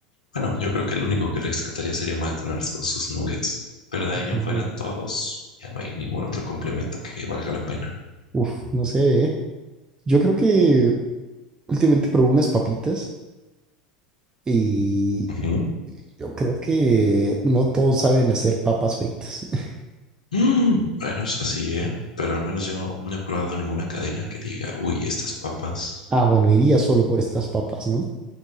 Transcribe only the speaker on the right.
Ujú.
Uf, no sé, ¿eh? Yo creo que últimamente probé unas papitas y
yo creo que no todos saben hacer papas fritas. <laughs>
Ah, bueno, iría solo por estas papas, ¿no?